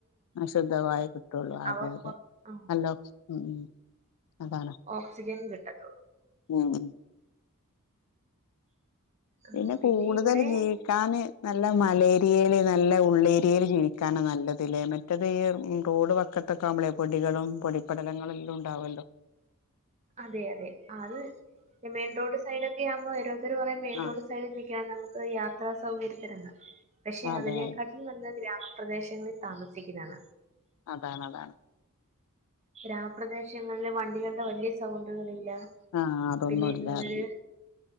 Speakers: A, on the left; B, on the right.
A: ആ ശുദ്ധവായു കിട്ടൊള്ളൂ അതെ
B: അവ
A: അതെ
B: പുറ ആ
A: <unintelligible> ഉം. അതാണ്
B: ഓക്സിജൻ കി ട്ടത്തൊള്ളൂ.
A: ഉം.
B: ഉം
A: പിന്നെ കൂടുതൽ
B: ഇവിടെ
A: ജീവിക്കാന് നല്ല മലേരിയേല് നല്ല ഉള്ളേരിയേല് ജീവിക്കാനാ നല്ലത് ലേ മറ്റത് ഈ റോഡ് വക്കത്തൊക്കെ ആവുമ്പളേ പൊടികളും പൊടിപ്പടലങ്ങളെല്ലും ഉണ്ടാവല്ലോ.
B: അതെ, അതെ അത് മെയിൻ റോഡ് സൈഡ് ഒക്കെ ആവുമ്പോ ഓരോത്തര് പറ മെയിൻ
A: ആഹ്
B: റോഡ് സൈഡിൽ നി ക്യാ നമുക്ക് യാത്രാ സൗകര്യത്തിരുന്ന് പക്ഷെ
A: അതെ
B: അതിനെക്കാട്ടിലും നല്ല ഗ്രാമപ്രദേശങ്ങളിൽ താമസിക്ക്ന്നാണ്
A: അതാണ് അതാണ്
B: ഗ്രാമ പ്രദേശങ്ങളില് വണ് ണ്ടികളുടെ വല്ല്യ സൗണ്ടുകളില്ല
A: ആഹ് അതൊന്നും
B: പിന്നെ ഇതു
A: ഇല്ല
B: <unintelligible>
A: അതന്നെ